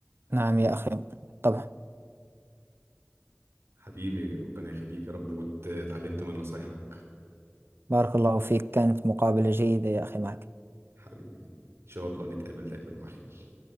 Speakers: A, on the right (about 60°); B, on the right (about 75°).
A: نعم يا أخي طبعا
B: حبيبي ربنا يخليك يا رب واتعلمت من نصايحك
A: بارك الله فيك كانت مقابلة جيدة يا أخي معك
B: حبيبي ان شاء الله نتقابل دايما على خير